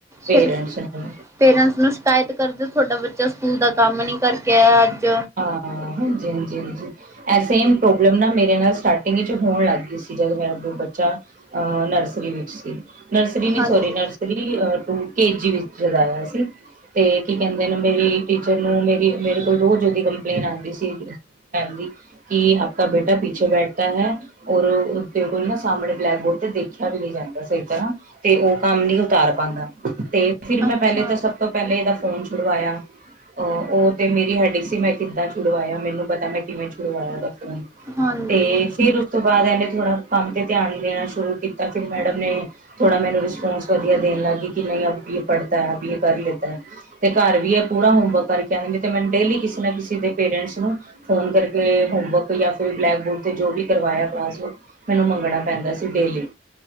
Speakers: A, on the right (about 50°); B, on the right (about 15°).
A: ਪੇਰੈਂਟਸ
B: ਫੇਰ
A: ਨੂੰ
B: ਪੇਰੈਂਟਸ ਨੂੰ ਸ਼ਿਕਾਇਤ ਕਰਦੇ ਤੁਹਾਡਾ ਬੱਚਾ ਸਕੂਲ ਦਾ ਕੰਮ ਨੀ ਕਰਕੇ ਆਇਆ ਅੱਜ।
A: ਹਾਂ, ਹਾਂਜੀ- ਹਾਂਜੀ, ਹਾਂਜੀ। ਐੇ ਸੇਮ ਪ੍ਰੋਬਲਮ ਨਾ ਮੇਰੇ ਨਾਲ ਸਟਾਰਟਿੰਗ ਵਿੱਚ ਹੋਣ ਲੱਗ ਗਈ ਸੀ ਜਦ ਮੇਰਾ ਬੱਚਾ ਅ ਨਰਸਰੀ ਵਿੱਚ ਸੀ, ਨਰਸਰੀ ਨੀ
B: ਹਾਂਜੀ
A: ਸੋਰੀ nursery to K G ਵਿੱਚ ਲਗਇਆ ਸੀ। ਤੇ ਕੀ ਕੇਂਦੇ ਨੇ ਮੇਰੀ ਟੀਚਰ ਨੂੰ ਮੇਰੀ ਮੇਰੇ ਕੋਲ ਰੋਜ਼ ਉਹਦੀ ਕੰਪਲੇਨ ਆਂਦੀ ਸੀ, ਕਹਿਣਦੀ ਕਿ ਆਪਕਾ ਬੇਟਾ ਪਿੱਛੇ ਬੈਠਤਾ ਹੈ। ਔਰ ਉਦੇ ਕੋਲ ਨਾ ਸਾਹਮਣੇ ਬਲੈਕ ਬੋਰਡ ਤੇ ਦੇਖਿਆ ਵੀ ਨਈ ਜਾਂਦਾ ਸਹੀ ਤਰਾਂ। ਤੇ ਉਹ ਕੰਮ ਨਈ ਉਤਾਰ ਪਾਂਦਾ, ਤੇ ਫਿਰ ਮੈਂ
B: ਅੱਛਾ
A: ਪਹਿਲੇ ਤਾਂ ਸਭ ਤੋਂ ਪਹਿਲਾਂ ਇਹਦਾ ਫੋਨ ਛੁਡਵਾਇਆ, ਅ ਓ ਤੇ ਮੇਰੀ ਹੈਡੱਏਕ ਸੀ ਮੈਂ ਕਿੱਦਾਂ ਚਛੁਲਵਾਇਆ, ਮੈਨੂੰ ਪਤਾ ਮੈਂ ਕਿਵੇਂ ਚੁਲਵਾਇ ਉਦਾ ਫੋਨ,
B: ਹਾਂਜੀ
A: ਤੇ ਫਿਰ- ਉਸ ਤੋਂ ਬਾਅਦ ਏਨੇ ਥੋੜਾ ਕੰਮ ਤੇ ਧਿਆਨ ਦੇਣਾ ਸ਼ੁਰੂ ਕੀਤਾ ਫਿਰ, ਮੈਡਮ ਨੇ ਥੋੜਾ ਮੈਨੂੰ ਰਿਸਪੋਂਸ ਵਧੀਆ ਦੇਣ ਗਈ ਕਿ ਨਈ ਆਜ ਪੜਤਾ ਐ ਵੀ ਏ ਕਰ ਲੇਤਾ ਐ, ਤੇ ਘਰ ਵੀ ਇਹ ਪੂਰਾ ਹੋਮਵਰਕ ਕਰਕੇ ਆਂ ਨਈ ਤੇ ਮੈਨੂੰ ਡੇਲੀ ਕਿਸੇ ਨਾ ਕਿਸੇ ਦੇ ਪੇਰੈਂਟਸ ਨੂੰ, ਫੋਨ ਕਰਕੇ ਹੋਮਵਰਕ ਯਾ ਫੇਰ ਬਲੈਕ ਬੋਰਡ ਤੇ ਜੋ ਵੀ ਕਰਵਾਇਆ ਕਲਾਸਵਰਕ ਮੈਨੂੰ ਮੰਗਣਾ ਪੈਂਦਾ ਸੀ ਡੇਲੀ,